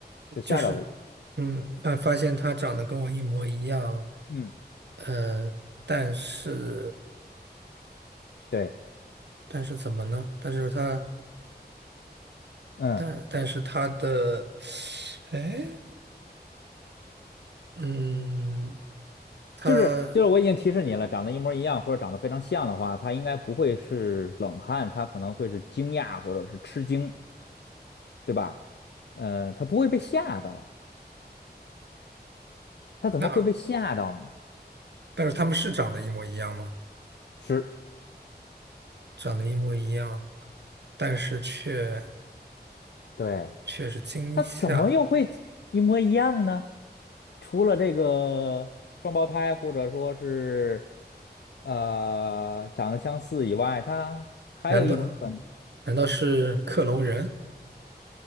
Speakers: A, on the left (about 80°); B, on the right (about 80°).
A: 是吓着的意思。
B: 就是嗯啊，发现他长得跟我一模一样，
A: 嗯，
B: 呃，但是
A: 对，
B: 但是怎么呢？但是他
A: 嗯，
B: 但但是他的，哎，嗯，他
A: 就是就是，我已经提示你了，长得一模一样或者长得非常像的话，他应该不会是冷汗，他可能会是惊讶或者是吃惊，对吧？嗯，他不会被吓到。他怎么会被吓到呢？
B: 那但是他们是长得一模一样吗？
A: 是，
B: 长得一模一样，但是却
A: 对，
B: 却是惊吓，
A: 他怎么又会一模一样呢？除了这个双胞胎，或者说是呃长得相似以外，他还有一种可能，
B: 难道难道是克隆人